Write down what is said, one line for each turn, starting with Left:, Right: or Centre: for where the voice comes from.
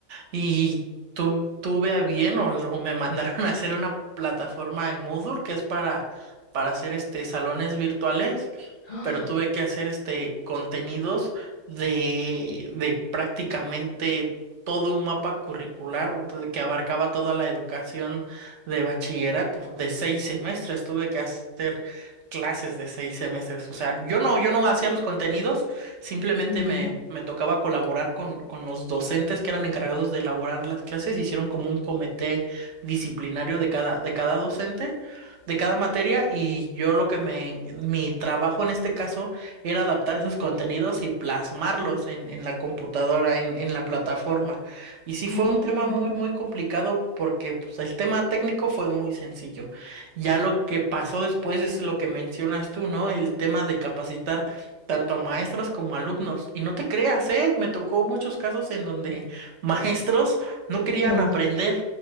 Right: Y tu- tuve a bien o, lo- me mandaron <laughs> a hacer una plataforma en Moodle que es para, para hacer este salones virtuales,
Left: Ah,
Right: pero tuve que hacer este contenidos de, de prácticamente todo un mapa curricular de- que abarcaba toda la educación de bachillerato, de seis semestres. Tuve que hacer clases de seis semestres. O sea, yo no, yo no hacía los contenidos. Simplemente
Left: Sí.
Right: me, me tocaba colaborar con, con los docentes que eran encargados de elaborar las clases. Hicieron como un comité disciplinario de cada, de cada docente, de cada materia, y yo lo que me, mi trabajo en este caso era adaptar esos contenidos y plasmarlos en, en la computadora, en, en la plataforma. Y sí
Left: Oh,
Right: fue un tema muy, muy complicado porque pues, el tema técnico fue muy sencillo. Ya lo que pasó después es lo que mencionas tú, ¿no? El tema de capacitar tanto a maestros como a alumnos. Y no te creas, ¿eh? Me tocó muchos casos en donde <laughs> maestros no querían
Left: sí.
Right: aprender.